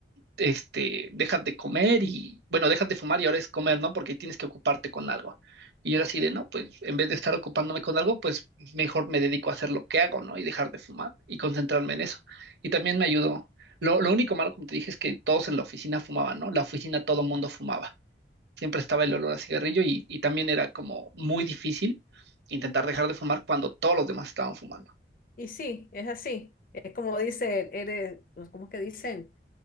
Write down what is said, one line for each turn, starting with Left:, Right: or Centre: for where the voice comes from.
Right: este, dejas de comer y, bueno, dejas de fumar y ahora es comer, ¿no? Porque tienes que ocuparte con algo. Y yo era así de, no, pues en vez de estar ocupándome con algo, pues mejor me dedico a hacer lo que hago, ¿no? Y dejar de fumar y concentrarme en eso. Y también me ayudó. Lo, lo único malo, como te dije, es que todos en la oficina fumaban, ¿no? La oficina todo mundo fumaba. siempre estaba el olor a cigarrillo y, y también era como muy difícil intentar
Left: Claro.
Right: dejar de fumar cuando todos los demás estaban fumando.
Left: Y sí, es así, es como dice, eres, ¿cómo es que dicen?